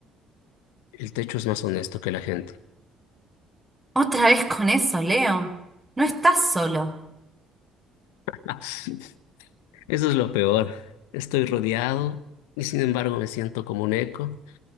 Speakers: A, on the left; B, on the right.
A: El techo es más honesto que la gente.
B: Otra vez con eso, Leo. No estás solo.
A: <laughs> Eso es lo peor. Estoy rodeado y sin embargo me siento como un eco.